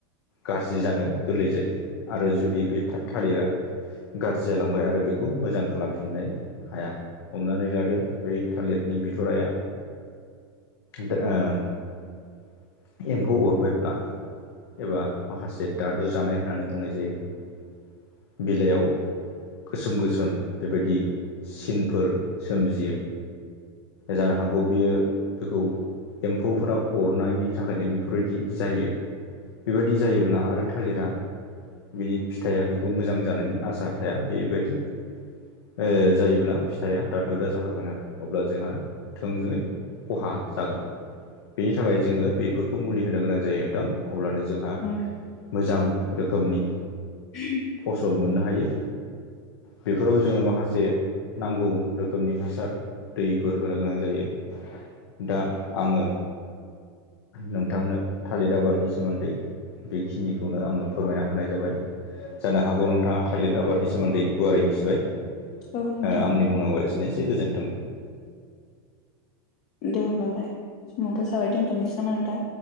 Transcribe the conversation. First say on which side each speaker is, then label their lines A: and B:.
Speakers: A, on the left; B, on the left.
A: गाज्रि जानो गोरलै जायो आरो जुदि बे थालिरा गाज्रि जालांबाय आरो बेखौ मोजां खालामफिननो हाया हमनानै लादो बै थालिरनि बिथराया दा ओ एम्फौ अरबायब्ला एबा माखासे दादु जानाय होननानै बुंनाय जायो बिलाइयाव गोसोम गोसोम बेबायदि सिनफोर सोमजियो जा हागौ बियो बेखौ एम्फौफोरा अरनायनि थाखायनो बेफोरबायदि जायो बेबायदि जायोब्ला आरो थालिरा बिनि फिथाइया बेखौ मोजां जानायनि आसा थाया बेबायदि एइ जायोब्ला फिथाइया दाद दुरा जाखागोन आरो अब्ला जोंहा थोंजोङै खहा जागोन बेनि थाखाय जोङो बेफोरखौ मुलि होनो गोनां जायो नोंथां अब्लानो जों जोंहा
B: उम
A: मोजां रोखोमनि
B: उ
A: फसल मोननो हायो बेफोराव जोङो माखासे नांगौ रोखोमनि हासार दैफोर होनो गोनां जायो दा आङो नोंथांनो थालिद आबादनि सोमोन्दै बेखिनिखौनो आङो फोरमायना होनाय जाबाय जानो हागौ नोंथाङा थाइलिर आबादनि सोमोन्दै गुवारै मिथिबाय
B: औ नोंथां
A: ओ आंनि बुंनांगौआ एसेनोसै गोजोन्थों।
B: दे अब्लालाय समावबो जाबाय दोन्थ'नोसै नामा नोंथां